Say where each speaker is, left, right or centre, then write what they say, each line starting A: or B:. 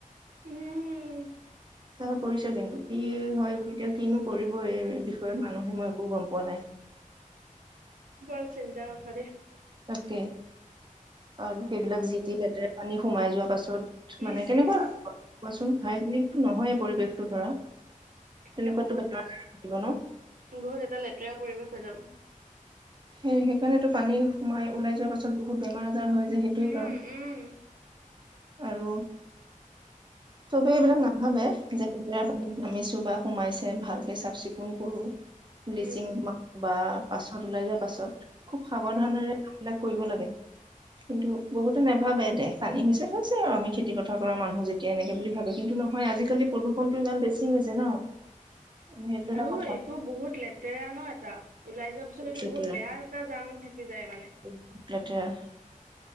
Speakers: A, on the right; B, on the right.
A: উম,
B: হৈ পৰিছে কিন্তু কি হৈ গল এতিয়া কিনো পৰিব এই বিষয়ত মানুহে মই একো গম পোৱা নাই। <inaudible>
A: বৰ চিন্তা কথা দে।
B: তাকে আৰু সেইবিলাক জিতি লেতেৰা পানী সোমাই যোৱা পাছত মানে
A: ইচ
B: কেনেকুৱা
A: ইচ।
B: কোৱাচোন হাইজেনিকো নহয়। পৰিৱেশটো ধৰা। তেনেকুৱাতো
A: এয়া বহুত
B: বেমাৰ আজাৰ থাকিব ন
A: বহুত এটা লেতেৰা পৰিৱেশ হৈ যাব।
B: সেই সেইকাৰণেতো পানী সোমাই ওলাই যোৱাৰ পাছত বহুত বেমাৰ আজাৰ হৈ যায় সেইটোৱে
A: উম
B: কাৰণ।
A: উম।
B: আৰু, চবেই এইবিলাক নাভাবে যে লেতেৰা পানী। নামিছো বা সোমাইছে ভালকে চাফ চিকুণ কৰো, ব্লিচিং
A: উম।
B: বা পাছত ওলাই যোৱা পাছত খুব সাৱধানেৰে
A: উম
B: এইবিলাক কৰিব লাগে। কিন্তু বহুতে নাভাবে দেহ পানী হৈছে হৈছে আৰু আমি খেতি পথাৰ কৰা মানুহ যেতিয়া এনেকে বুলি ভাবে কিন্তু নহয়। আজিকালি প্ৰদূষণতটো ইমান বেছি হৈছে ন। সেইটো এটা
A: আৰু
B: কথা
A: এইটো বহুত লেতেৰা ন এটা। ওলাই যোৱা পিছত
B: খুব
A: সটো
B: লেতেৰা
A: বহুত বেয়া এটা জাম থাকি যায় মানে।
B: খুব লেতেৰা